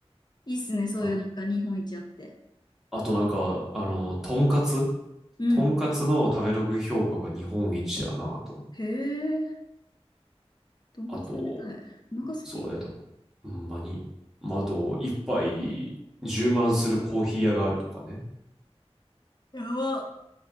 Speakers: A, on the left (about 40°); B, in the centre.
A: いいっすね、そういうなんか日本一あって。
B: あ、あとなんか、あの、とんかつ
A: うん。
B: とんかつの食べログ評価が日本一やなと。
A: へえ、とんかつ食べたい。
B: あと、
A: お腹空いてきた。
B: そうやと、ほんまに。まあ、あと、一杯い充満するコーヒー屋があるとかね。
A: やば。